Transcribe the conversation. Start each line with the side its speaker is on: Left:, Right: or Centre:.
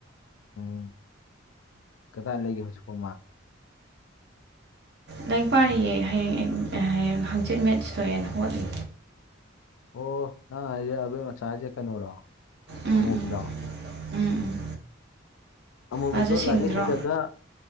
Left: ꯎꯝ ꯀꯗꯥꯏ ꯂꯩꯒꯦ ꯍꯧꯖꯤꯛꯐꯥꯎꯕ
Right: ꯂꯥꯏꯔꯤꯛ ꯄꯥꯔꯤꯌꯦ ꯍꯌꯦꯡ ꯍꯌꯦꯡ ꯍꯪꯆꯤꯠ ꯃꯦꯠ ꯁꯇꯣꯏꯑꯦꯅ ꯍꯣꯠꯂꯤ
Left: ꯑꯣ ꯅ ꯑ ꯃꯆꯥꯥꯏꯖꯦ ꯀꯩꯅꯣꯔꯣ
Right: ꯎꯝ
Left: ꯑꯃꯨꯕꯤꯔꯣ
Right: ꯎꯝ ꯎꯝ ꯎꯝ
Left: ꯑꯃꯨꯕꯤꯗꯣ
Right: ꯃꯥꯁꯨ ꯁꯤꯡꯗ꯭ꯔꯣ
Left: ꯂꯥꯏꯔꯤꯛ ꯍꯩꯔꯒ